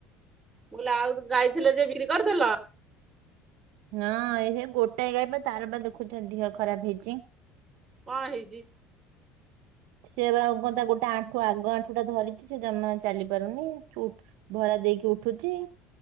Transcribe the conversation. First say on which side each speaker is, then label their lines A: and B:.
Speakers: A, on the right; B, on the right.
A: ମୁଁ କହିଲି ଆଉ ଗାଇଥିଲେ ଯେ ବିକ୍ରି କରିଦେଲ।
B: ନା, ଏହେ ଗୋଟାଏ ଗାଇ ଯେ ତାର ବା ଦେଖୁଛ ଦେହ ଖରାପ ହେଇଛି।
A: କ'ଣ ହୋଇଛି?
B: ସିଏ ବା ଆଉ କ'ଣ ତା ଗୋଟା ଆଣ୍ଠୁ ଆଗ ଆଣ୍ଠୁ ଟା ଧରିଛି ସେ ଜମା ଚାଲି ପାରୁନି। ଛୁଟ ଭରା ଦେଇକି ଉଠୁଛି।